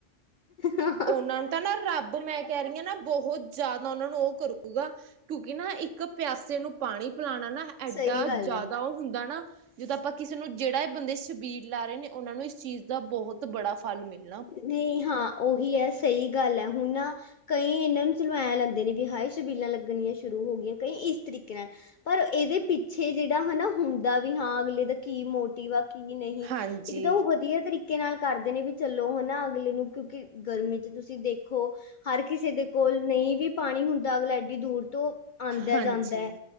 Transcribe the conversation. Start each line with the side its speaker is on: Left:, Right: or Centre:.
Left: ਹਾਂ।
Right: ਉਹਨਾਂ ਨੂੰ ਤਾਂ ਨਾ ਰੱਬ ਮੈਂ ਕਹਿ ਰਹੀ ਹਾਂ ਨਾ ਬਹੁਤ। ਜ਼ਿਆਦਾ ਉਹਨਾਂ ਨੂੰ ਉਹ ਕਰੂਗਾ ਕਿਉਂਕਿ ਨਾ ਇੱਕ ਪਿਆਸੇ ਨੂੰ ਪਾਣੀ ਪਿਲਾਉਣਾ ਨਾ ਇਡਾ
Left: ਸਹੀ ਗੱਲ
Right: ਜ਼ਿਆਦਾ
Left: ਹੈ
Right: ਉਹ ਹੁੰਦਾ ਨਾ ਜਦੋਂ ਆਪਾਂ ਕਿਸੇ ਨੂੰ ਜਿਹੜਾ ਬੰਦੇ ਸਬੀਰ ਲਾ ਰਹੇ ਨੇ ਉਹਨਾਂ ਨੂੰ ਇਸ ਚੀਜ਼ ਦਾ ਬਹੁਤ ਬੜਾ ਫਲ ਮਿਲ
Left: ਨਹੀਂ ਹਾਂ ਉਹੀ ਹੈ ਸਹੀ ਗੱਲ ਹੈ ਹੁਣ ਨਾ ਕਈ ਇਹਨਾਂ ਨੂੰ ਚਲਵਾਇਆ ਲੈਂਦੇ ਨੇ ਵੀ ਹਾਏ ਸ਼ਬੀਲਾਂ ਲੱਗਣੀਆਂ ਸ਼ੁਰੂ ਹੋ ਗਈਆਂ ਕਈ ਇਸ ਤਰੀਕੇ ਨਾਲ ਪਰ ਇਹਦੇ ਪਿੱਛੇ ਜਿਹੜਾ ਹਨਾ ਹੁੰਦਾ ਵੀ ਹਾਂ ਅਗਲੇ ਦਾ ਕੀ ਮੋਟਿਵ ਆ ਕੀ ਨਹੀਂ
Right: ਹਾਂਜੀ
Left: ਇੱਕ ਤਾਂ ਉਹ ਵਧੀਆ ਤਰੀਕੇ ਨਾਲ ਕਰਦੇ ਨੇ ਵੀ ਚੱਲ। ਚਲੋ ਹਨਾ ਅਗਲੇ ਨੂੰ ਕਿਉਂਕਿ ਗਰਮੀ ਚ ਤੁਸੀਂ ਦੇਖੋ। ਹਰ ਕਿਸੇ ਦੇ ਕੋਲ ਨਹੀਂ ਵੀ ਪਾਣੀ ਹੁੰਦਾ ਅਗਲਾ ਐਡੀ ਦੂਰ ਤੋਂ ਆਉਂਦਾ
Right: ਹਾਂਜੀ
Left: ਜਾਂਦਾ।